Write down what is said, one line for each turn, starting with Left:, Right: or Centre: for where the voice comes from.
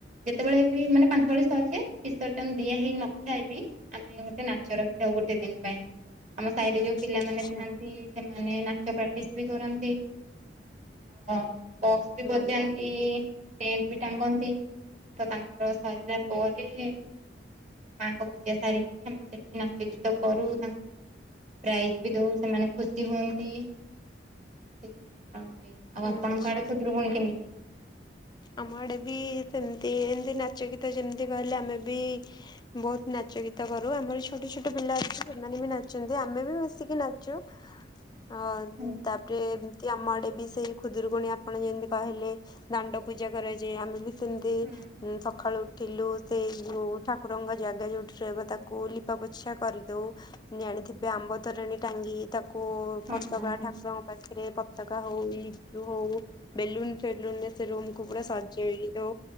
Right: ଯେତେବେଳେ ବି ମାନେ ପାଞ୍ଚ ପାଳି ସରିଯାଏ। ବିସର୍ଜନ ଦିଆ ହେଇ ନଥାଏ ବି ଆମେ ଗୋଟେ ନାଚ ରଖିଥାଉ ଗୋଟେ ଦିନ ପାଇଁ ଆମ ସାଇରେ ଯୋଉ ପିଲାମାନେ
Left: ଆଚ୍ଛା
Right: ଥାଆନ୍ତି ସେମାନେ ନାଚ ପ୍ରାଟିସି ବି କରନ୍ତି। ହଁ ବକ୍ସ ବି
Left: ଭଲ
Right: ବଜାନ୍ତି। ଟେଣ୍ଟ ବି ଟାଙ୍ଗନ୍ତି ତ ତାଙ୍କର ସରିଲା ପରେ ମାଙ୍କ ପୂଜା ସାରିକି ଆମେ ସେଠି ନାଚ ଗୀତ କରୁ ତାଙ୍କୁ ପ୍ରାଇଜି ବି ଦଉ ସେମାନେ ଖୁସି ହୁଅନ୍ତି <inaudible> ହଁ ହୁଏ। ଆଉ ଆପଣଙ୍କ
Left: ଆଚ୍ଛା।
Right: ଆଡେ ଖୁଦୁରୁକୁଣୀ କେମିତି?
Left: ଆମ ଆଡେ ବି ସେମିତି ଏମିତି ନାଚ ଗୀତ ଯେମିତି କହିଲେ ଆମେ ବି ବହୁତୁ ନାଚ ଗୀତ କରୁ ଆମର ଛୋଟ ଛୋଟ ପିଲା ଅଛନ୍ତି ସେମାନେ ବି ନାଚନ୍ତି ଆମେ ବି ମିଶିକି ନାଚୁ। ହଁ
Right: ହୁଁ
Left: ତାପରେ ଏମିତି ଆମ ଆଡେ ବି ସେଇ ଖୁଦୁରୁକୁଣୀ ଆପଣ ଯେମିତି କହିଲେ ଦାଣ୍ଡ ପୂଜା କରାଯାଏ ଆମେ ବି ସେମିତି
Right: ହଁ
Left: ସକାଳୁ ଥିଲୁ ସେଇ ଯୋଉ ଠାକୁରଙ୍କ ଜାଗା ଯୋଉଠି ରହିବ ତାକୁ ଲିପା ପୋଛା କରିଦେଉ ଜାଣିଥିବେ ଆମ୍ବ ତରଣୀ ଟାଙ୍ଗି ତାକୁ ପତକା
Right: ହଁ
Left: ଠାକୁରଙ୍କ ପାଖରେ ପ ପତକା ହଉ ଲିଚୁ ହଉ ବେଲୁନୁ ଫେଲୁନୁ ରେ ସେ ରୁମ କୁ ସଜେଇ ଦଉ